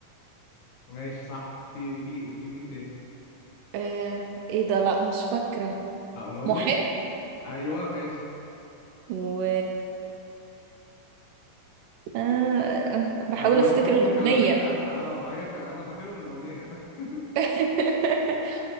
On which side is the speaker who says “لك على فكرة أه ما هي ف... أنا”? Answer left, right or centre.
Left